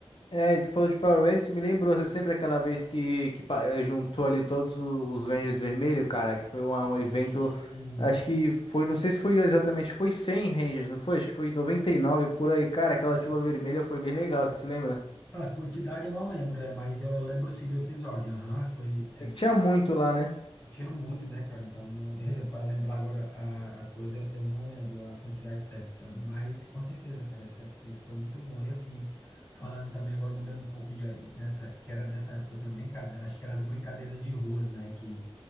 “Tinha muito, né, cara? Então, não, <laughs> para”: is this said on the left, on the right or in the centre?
Left